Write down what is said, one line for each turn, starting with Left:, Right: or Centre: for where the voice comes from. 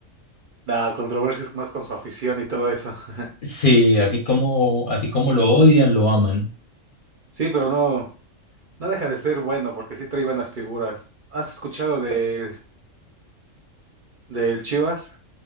Right: la controversia es más con su afición y todo eso. <laughs>
Left: Sí, así como, así como lo odian, lo aman.
Right: Sí, pero no, no deja de ser bueno porque sí trae buenas figuras. ¿Has escuchado
Left: S-
Right: del, del Chivas?